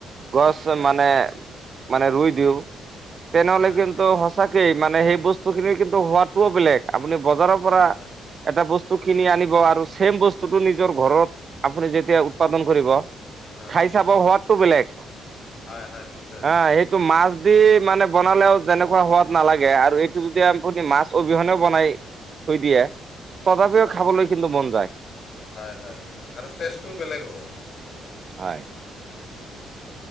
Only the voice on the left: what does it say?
হয়
হয়
হয়
হয়
হয়
হয়
হয় হয় নিশ্চয়
নিশ্চয়।
হয়,
হয়, হয়, আৰু টেষ্টটো বেলেগ হ'ব।